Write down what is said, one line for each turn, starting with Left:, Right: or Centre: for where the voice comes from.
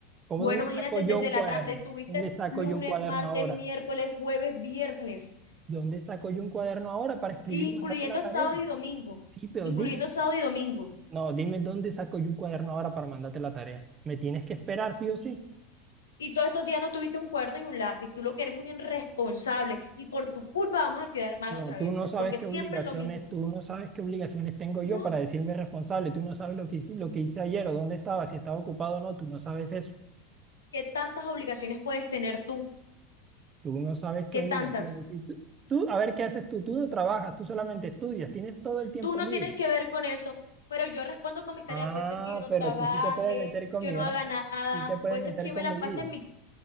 Right: ¿Cómo
Left: Bueno,
Right: dónde
Left: imagínate,
Right: saco yo
Left: desde
Right: un cuaderno?
Left: la tarde tuviste
Right: ¿Dónde saco
Left: lunes,
Right: yo un cuaderno
Left: martes,
Right: ahora?
Left: miércoles, jueves, viernes,
Right: ¿Dónde saco yo un cuaderno ahora para escribir
Left: incluyendo
Right: y mandarte la tarea?
Left: sábado y domingo,
Right: Sí, pero
Left: incluyendo
Right: dime.
Left: sábado y domingo.
Right: No, dime dónde saco yo un cuaderno ahora para mandarte la tarea. ¿Me tienes que esperar sí o sí?
Left: Y todos estos días no tuviste un cuerno y un lápiz. Tú lo que eres un irresponsable y por tu culpa vamos a quedar mal
Right: No,
Left: otra
Right: tú
Left: vez,
Right: no sabes
Left: porque
Right: qué
Left: siempre
Right: obligaciones,
Left: es lo mismo.
Right: tú no sabes qué obligaciones tengo
Left: No,
Right: yo para decirme responsable. Tú no sabes lo que hice, lo que hice ayer o dónde estaba, si estaba ocupado o no. Tú no sabes eso.
Left: ¿qué tantas obligaciones puedes tener tú?
Right: Tú no sabes qué
Left: ¿Qué
Right: obligaciones.
Left: tantas?
Right: Y tú, tú, a ver, ¿qué haces tú? Tú no trabajas, tú solamente estudias, tienes todo el tiempo
Left: Tú no
Right: libre.
Left: tienes que ver con eso, pero yo respondo con mis tareas.
Right: Ah,
Left: Puede ser que yo no
Right: pero
Left: trabaje,
Right: tú sí te puedes meter con
Left: yo
Right: mi
Left: no
Right: hoja,
Left: haga nada,
Right: sí te puedes
Left: puede
Right: meter
Left: ser que yo
Right: con
Left: me la
Right: mi
Left: pase
Right: vida,
Left: en mi,